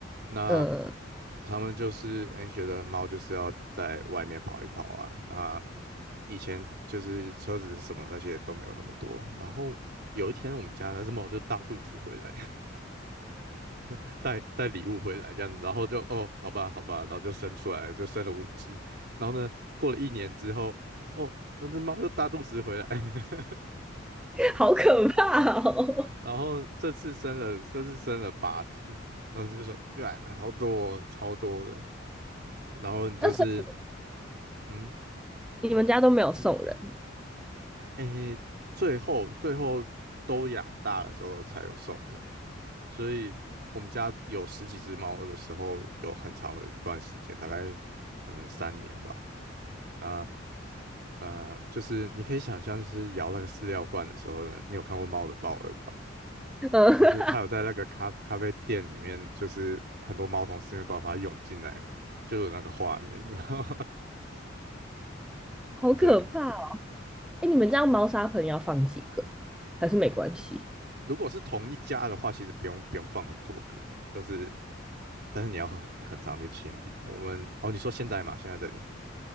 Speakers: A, on the right; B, in the centre.
A: 那
B: 嗯，
A: 他们就是哎诶、觉得猫就是要在外面跑一跑啊，那以前就是车子什么那些都没有那么多。然后有一天我们家那只猫就大肚子回来，<laughs> 带带礼物回来这样子，然后就哦，好吧，好吧，然后就生出来了，就生了五只。然后呢，过了一年之后，哦，那只猫又大肚子回来，<laughs>
B: 好可怕哦！
A: 然后这次生了，这次生了八只。然后就说，干，好多哦，超多的。然后你就是，
B: <laughs> 那所以
A: 嗯，
B: 你们家都没有送人，
A: 诶，最后最后都养大的时候才有送的。所以我们家有十几只猫的时候，有很长的一段时间，大概可能三年吧。啊呃，就是你可以想象，就是摇那个饲料罐的时候呢，你有看过猫的报恩吧？
B: 嗯，
A: 就是它有在那个咖咖啡店里面，就是很多猫从四面八方涌进来，就有那个画面，<laughs> 然后
B: 好可怕
A: 对。
B: 哎，你们家猫砂盆要放几个啊还是没关系？
A: 如果是同一家的话，其实不用不用放很多个，就是但是你要很很常去清理。我们哦，你说现在嘛，现在这里